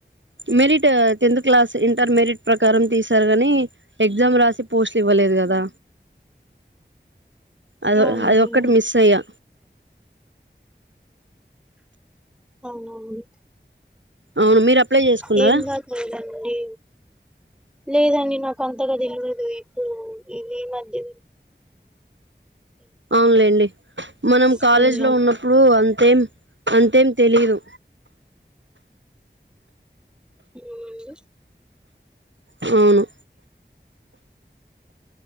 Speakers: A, on the right (about 80°); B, in the centre.
A: merit tenth class inter merit ప్రకారం తీసారు కాని ఎగ్జామ్ రాసి పోస్ట్లు ఇవ్వలేదు కదా అద
B: అవునండి
A: అది ఒక్కటి
B: అవును
A: మిస్ అయ్యా
B: అవునవును
A: అవును మీరు అప్లై చేసుకున్నారా
B: ఏమి కాదులేయండి లేదండి నాకు అంతగా తెలియదు ఇవి మద్య
A: అవున్లెండి మనం
B: అవునా
A: కాలేజ్ లో
B: అవునండి
A: ఉన్నప్పుడు అ అంతేం అంతేం తెలీదు
B: మోగొల్లు
A: అవును